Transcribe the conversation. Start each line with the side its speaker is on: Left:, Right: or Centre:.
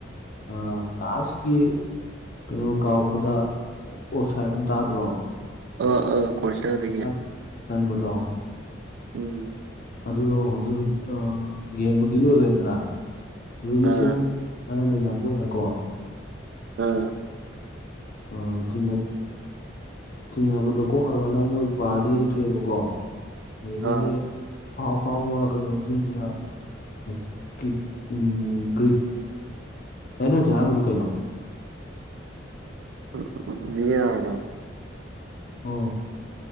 Left: ꯑ ꯂꯥꯁꯀꯤ ꯀꯩꯅꯣ ꯀꯥꯎꯔꯛꯄꯗ ꯑꯣꯞ ꯁꯥꯏꯠ ꯑ ꯇꯥꯗ꯭ꯔꯣ
Right: ꯑꯥ ꯑꯥ ꯈꯔꯁꯥꯗꯗꯒꯤꯦ
Left: ꯑꯣꯞ ꯁꯥꯏꯠ ꯆꯟꯕꯗꯣ
Right: ꯎꯝ
Left: ꯑꯗꯨꯗꯣ ꯍꯧꯖꯤꯛ ꯑ ꯒꯦꯝꯕꯨꯗꯤ ꯂꯣꯏꯒ꯭ꯔꯦꯗꯅ ꯑꯗꯨꯒꯤ
Right: ꯑꯥ
Left: ꯁꯨꯝ ꯑꯅ ꯂꯩꯅꯕ ꯑꯣꯏꯅꯀꯣ
Right: <unintelligible>
Left: ꯑ ꯊꯤꯡꯍꯠ ꯆꯤꯡꯅꯕꯗꯣ ꯀꯣꯛꯅꯕꯅ ꯃꯣꯏ ꯄꯥꯔꯗ ꯌꯦꯡꯊꯣꯛꯑꯦꯕꯀꯣ꯫ ꯑꯗꯨꯒꯤꯗꯤ
Right: ꯑꯥ
Left: ꯄꯥ ꯑꯄꯥꯕ ꯀꯩꯅꫭꯗꯒꯤꯗꯨꯅ ꯎ ꯀꯤꯛ ꯎꯝ ꯒ꯭ꯔꯤꯛ ꯀꯩꯅꯣꯁꯨ ꯍꯥꯏꯔꯝꯕꯗꯨ ꯀꯩꯅꯣ꯫
Right: <unintelligible>
Left: ꯑꯣ